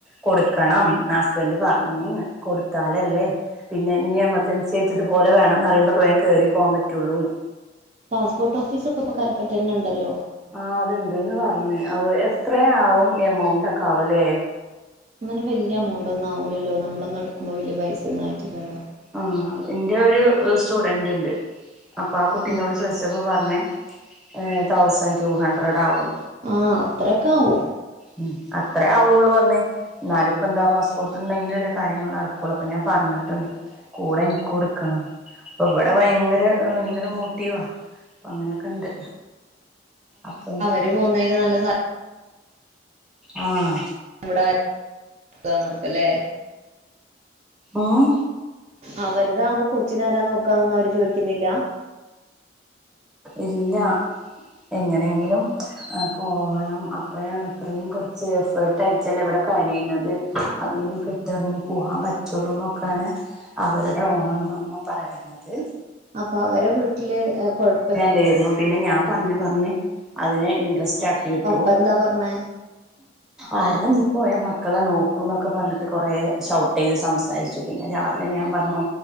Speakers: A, in the centre; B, on the right.
A: കൊടു. ക്കണം ഹസ്ബൻഡറ് പറഞ്ഞു ന്ന് കൊടുത്താലല്ലേ. പിന്നെ ഇനി എമർജൻസി ആയിട്ട് ഇതുപലെ വേണംമ്ന്ന് പറിമ്പളക്ക വേഗം കേറി പോവാൻ പറ്റുള്ളൂന്ന്.
B: പാസ്പോർട്ട് ഓഫീസൊക്കെപ്പൊ കല്പറ്റന്ന ണ്ടല്ലോ.
A: ആ അത്ണ്ട്ന്ന് പറഞ്ഞ് അ എത്രയാവും എമൗണ്ട് ഒക്കെ ആവല്ലേ.
B: അങ്ങനെ വല്ല്യ എമൗണ്ട് ഒന്നും ആവൂല്ലല്ലോ നമ്മളൊന്നും എടുക്കുമ്പോ വലിയ പൈസയൊന്നും ആയിട്ടില്ലല്ലോ.
A: ആഹ് ഇന്റെ ഒരു സ്റ്റുഡന്റ് ണ്ട്. അപ്പ ആ കുട്ടീനോട്
B: ഉം
A: ചോദിച്ചപ്പോൾ പറഞ്ഞ് ഏ തൗസൻഡ് ടു ഹഡ്രഡ് ആകും.
B: ആ അത്രക്കെ ആവും.
A: ഉം ഹ് അത്രേ ആവുള്ളു പറഞ്ഞ്. ന്നാലും ഇപ്പ എന്താ പാസ്പോർട്ട്ണ്ടെങ്കിലല്ലെ കാര്യങ്ങൾ നടക്കുള്ളൂ അപ്പ ഞാൻ പറഞ്ഞിട്ടുണ്ട്. കൂടെ ൻക്കും ഇട്ക്കണം. പ്പൊ ഇവിടെ ഭയങ്കര ഭയങ്കര മോട്ടീവാ. അങ്ങനെയൊക്കെ ഇണ്ട് അപ്പൊ.
B: <unintelligible>
A: ആഹ്.
B: ഇവിടെ അടുത്താണ് ല്ലേ.
A: ആഹ്.
B: അവരുതാവുമ്പോ കൊച്ചിന ആരാ നോക്കാന്നൊന്നും അവര് ചോദിക്കുന്നില്ല.
A: ഇല്ല എങ്ങനെങ്കിലും. പോവണം. അപ്പോഴാണ് ഇത്രയും കൊറ്ച്ച് എഫേർട്ട് ആയിട്ടല്ലേ ഇവിടെ കഴിയുന്നത് അതിൽന്നകെ. ട്ടർഞ്ഞ് പോവാൻ പറ്റുള്ളു ന്നൊക്കാണ് അവരുടെ ഓണ്മ്മ പറയുന്നത്.
B: അപ്പൊ അവരെ ഏ വീട്ടില് കൊഴപ്പ.
A: ലേർന്നു. പിന്നെ ഞാൻ പർഞ്ഞ് പർഞ്ഞ് അതിനെ ഇന്ട്രസ്റ്റ് ആക്കി വിട്ടു.
B: പപ്പ എന്താ പറഞ്ഞേ
A: ആരാ നീ പോയ മക്കളെ നോക്കും ന്നക്ക പറഞ്ഞിട്ട് കൊറെ ഷൗട്ട് ചെയ്ത് സംസാരിച്ചു. പിന്നെ രാവിലെ ഞാൻ പറഞ്ഞു